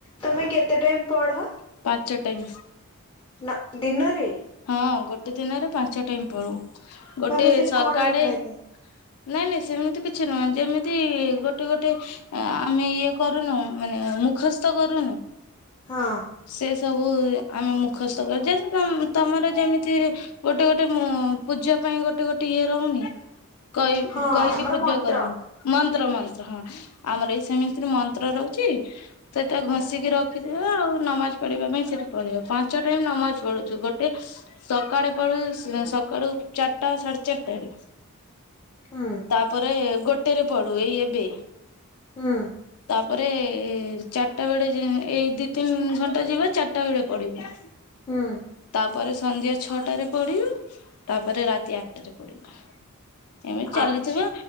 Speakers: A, on the left; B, on the left.
A: ତୋମେ କେତେ ଟାଇମ୍ ପଢ?
B: ପାଞ୍ଚ ଟାଇମ୍।
A: ନା ଦିନରେ?
B: ହଁ ଗୋଟେ ଦିନରେ ପାଞ୍ଚ ଟାଇମ୍ ପଡୁ। ଗୋଟେ
A: ମାନେ ସେଠି
B: ସକାଳେ
A: କଣ ଲେଖା ହେଇଥାଏ?
B: ନାଇଁ ନାଇଁ ସେମିତି କିଛି ନୁହଁ। ଯେମିତି ଗୋଟେ ଗୋଟେ ଅ, ଆମେ ଇଏ କରୁନୁ ମାନେ ମୁଖସ୍ଥ କରୁନୁ।
A: ହଁ।
B: ସେ ସବୁ ଆମେ ମୁଖସ୍ଥ କରି <unintelligible> ସେ ତୋମ ତୋମର ଯେମିତି ଗୋଟେ ଗୋଟେ ମୋ-ପୂଜା ପାଇଁ ଗୋଟେ ଗୋଟେ ଇଏ ରହୁନି। କଇ
A: ହଁ
B: କହିକି
A: ଆମର
B: ପୂଜା
A: ମନ୍ତ୍ର
B: କରନ୍ ମନ୍ତ୍ର ମନ୍ତ୍ର ହଁ ଆମର ଏଇ ସେମିତିରେ ମନ୍ତ୍ର ରହୁଛି। ସେଟା ଘଷିକି ରଖିଥିବ ଆଉ ନମାଜ ପଢ଼ିବା ପାଇଁ ସେଠି ପଳିବ ପାଞ୍ଚ ଟାଇମ୍ ନମାଜ ପଢ଼ୁଛୁ। ଗୋ ଟେ ସକାଡେ ପଢୁଚୁ ସୁଁ, ସକାଳୁ ଚାଟା ସାଢେ ଚାରଟାରେ।
A: ହଁ।
B: ତାପରେ ଗୋଟେରେ ପଡୁ ଏଇ ଏବେ।
A: ହଁ।
B: ତାପରେ ଚାଟା ବେଳେ ଯି ଏଇ ଦି ତିନି ଘଣ୍ଟା ଯିବ ଚାଟା ବେଳେ ପଢିବୁ।
A: ହୁଁ
B: ତାପରେ ସନ୍ଧ୍ୟା ଛଅଟାରେ ପଢିବ। ତାପରେ ରାତି ଆଟାରେ ପଡିବା। ଏମିତି ଚାଲିଥିବ
A: ଆଚ୍ଛା।